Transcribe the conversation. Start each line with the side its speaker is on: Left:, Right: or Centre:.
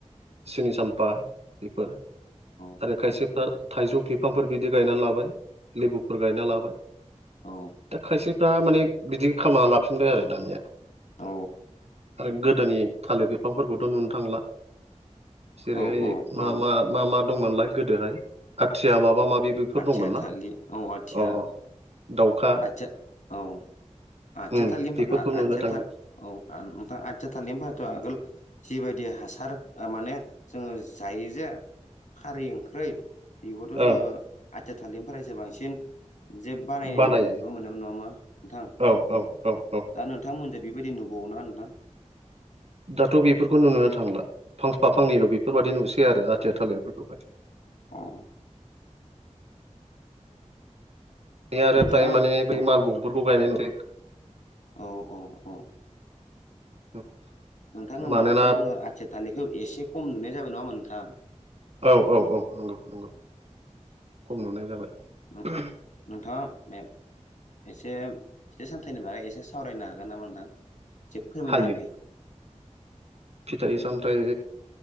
Right: सिनि साम्फा बेफोर
Left: औ
Right: आरो खायसेफ्रा थाइजौ बिफांफोर बिदि गायना लाबाय लेबुफोर गायना लाबाय
Left: औ
Right: दा खायसेफ्रा माने बिदि खालामामना लाफिनबाय आरो दानिया
Left: औ।
Right: आरो गोदोनि थालिर बिफांफोरखौथ' नुनो थांला जेरैहाय
Left: औ औ नंगौ।
Right: मा मा मा मा दंमोनलाय गोदोहाय आथिया माबा माबि बेफोर
Left: आचया
Right: दंमोन ना
Left: थालि औ आचया
Right: अ दाउखा
Left: आथिया औ आथिया
Right: उम
Left: थालिर
Right: बेफोरखौ नुनो
Left: आथिया
Right: थांला
Left: थालि औ नोंथां आथिया थालि होनबाथ' आगोल जिबायदि हासार माने जोङो जायो जे खारै ओंख्रै बेखौथ' जोङो
Right: औ
Left: आथि थालिरनिफ्राय जो बांसिन जे बानायनाय
Right: बानायो
Left: नुनो मोननायबो नङामा नोंथां
Right: औ औ औ औ
Left: दा नोंथांमोनजों बेबायदि नुबाव ना नोंथां?
Right: दाथ' बेफोरखौ नुोनो थांला फांफा
Left: औ
Right: फांनैल' बेफोरबायाददि नुसै आरो आथिया थालिरफोरखौहाय
Left: उम।
Right: बे आरो
Left: नोंथाङा
Right: फ्राय माने बै
Left: औ
Right: मालबगफोरखौ गायनाय नु
Left: औ औ औ।
Right: <inaudible>
Left: नोंथां होमबा
Right: मानोना
Left: दाथ' जोङो आथिया थालिखौ एसे खम नुनाय जाबाय नङा होमा नोंथां?
Right: औ औ औ नंगौ नंगौ खम नुनाय जाबाय।
Left: औ नोंथाङा मे एसे फिथाइ सामथाइनि बागै एसे सावरायनो हागोन नामा नोंथां से फोरमायना
Right: हायो
Left: होलाय
Right: फिथाइ सामथाइ